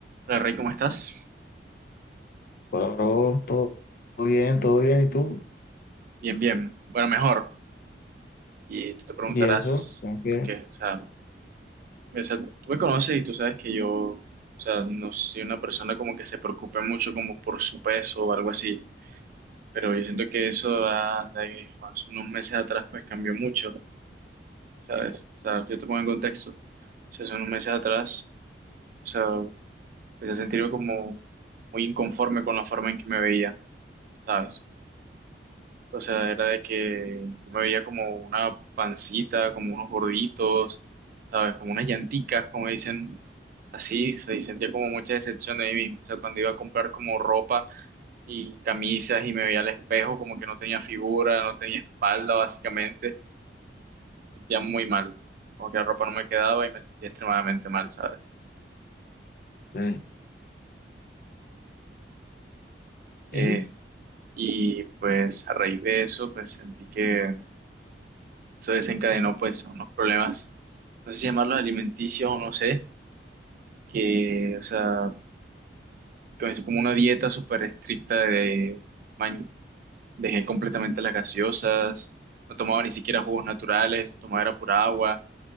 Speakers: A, on the right; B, on the left.
A: Hola Rey, ¿cómo estás?
B: Hola, bro, todo todo bien, todo bien, ¿y tú?
A: Bien, bien. Bueno, mejor. Y tú te preguntarás
B: ¿Y eso? ¿Cómo que?
A: por qué. O sea, o sea, tú me conoces y tú sabes que yo, o sea, no soy una persona como que se preocupe mucho como por su peso o algo así. Pero yo siento que eso ah, de hace unos meses atrás pues cambió mucho, ¿sabes? O sea, yo te pongo en contexto. O sea, hace unos meses atrás, o sea, empecé a sentirme como muy inconforme con la forma en que me veía, ¿sabes? O sea, era de que yo me veía como una pancita, como unos gorditos, ¿sabes? Como unas llanticas, como dicen así. O sea, y sentía como mucha decepción de mí mismo. O sea, cuando iba a comprar como ropa y camisas y me veía al espejo, como que no tenía figura, no tenía espalda, básicamente. Sentía muy mal. Como que la ropa no me quedaba y me sentía extremadamente mal, ¿sabes?
B: Sí.
A: Eh,
B: ¿Y?
A: y pues a raíz de eso, pues sentí que eso desencadenó pues unos problemas, no sé si llamarlos alimenticios o no sé que, o sea, es como una dieta súper estricta de, man- dejé completamente las gaseosas, no tomaba ni siquiera jugos naturales, tomaba era pura agua,